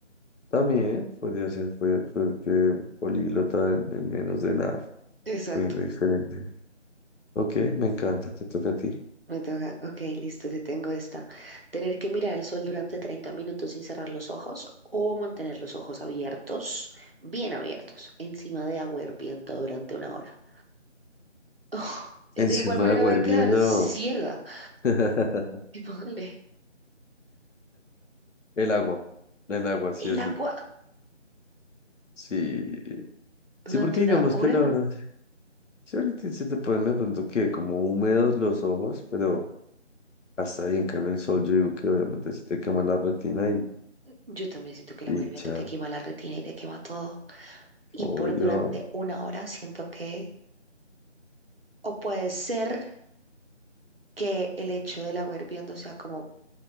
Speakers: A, on the left; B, on the right.
A: También podría ser, podría ser que políglota en, en menos de nada,
B: Exacto.
A: poniendo diferente. Ok, me encanta, te toca a ti.
B: Me toca. Ok, listo, te tengo esta. Tener que mirar al sol durante 30 minutos sin cerrar los ojos o mantener los ojos abiertos, bien abiertos, encima de agua hirviendo durante una hora. Oh, De
A: Encima
B: igual manera
A: de agua
B: voy a
A: hirviendo,
B: quedar ciega. <laughs>
A: <laughs>
B: Y póngale,
A: el agua, el agua, sí
B: ¿El
A: o
B: agua
A: sí. Sí,
B: durante
A: sí, porque digamos
B: una hora?
A: que la verdad, sí, ahorita se te ponen de pronto que como húmedos los ojos, pero. Hasta ahí, en cambio, el sol, yo digo que obviamente si te quema la retina y,
B: Yo también siento que el
A: y
B: agua hirviendo
A: chao.
B: te quema la retina y te quema todo. Y
A: Obvio.
B: por durante una hora siento que, o puede ser que el hecho del agua hirviendo sea como,